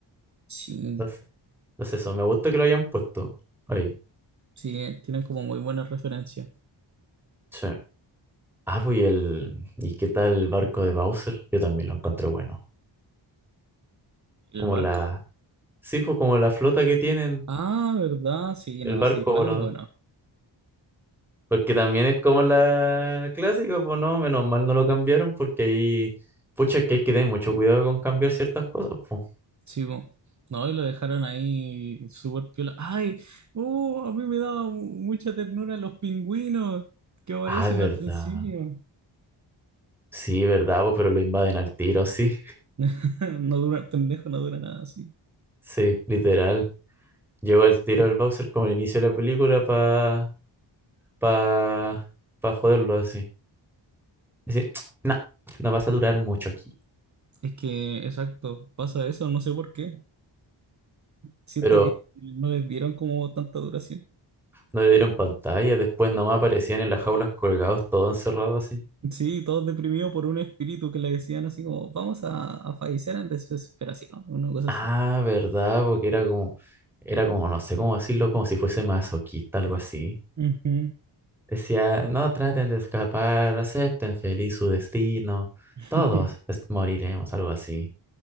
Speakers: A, on the right; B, in the centre.
A: Sí,
B: Entonces, entonces eso, me gusta que lo hayan puesto ahí.
A: sí, eh, tienen como muy buenas referencias.
B: Sí. Ah, pues y el, ¿y qué tal el barco de Bowser? Yo también lo encontré bueno.
A: ¿El
B: Como
A: barco?
B: la, sí, pues como la flota que tienen,
A: Ah, ¿verdad? Sí,
B: el
A: no,
B: barco
A: sí, igual
B: volador.
A: es bueno.
B: Porque también es como la clásica, pues no, menos mal no lo cambiaron porque ahí, pucha, es que hay que tener mucho cuidado con cambiar ciertas cosas, pues.
A: Sí, pues. No, y lo dejaron ahí súper piola. ¡Ay! ¡Uh! A mí me daba mu- mucha ternura los pingüinos que aparecen
B: Ah, es verdad.
A: al principio.
B: Sí, es verdad, po. pero lo invaden al tiro, sí.
A: <laughs> No dura, pendejo, no dura nada, sí.
B: Sí, literal. Lleva al tiro al Bowser como el inicio de la película para pa, pa pa joderlo así. Decir, <tsk> no, no vas a durar mucho aquí.
A: Es que, exacto, pasa eso, no sé por qué. Siento
B: Pero
A: que no les dieron como tanta duración.
B: no le dieron pantalla, después nomás aparecían en las jaulas colgados, todos encerrados así.
A: Sí, todos deprimidos por un espíritu que le decían así como, vamos a, a fallecer en desesperación, una cosa
B: Ah,
A: así.
B: ¿verdad? Porque era como, era como, no sé cómo decirlo, como si fuese masoquista, algo así.
A: Ujú.
B: Decía, no traten de escapar, acepten feliz su destino,
A: <laughs>
B: todos est- moriremos, algo así.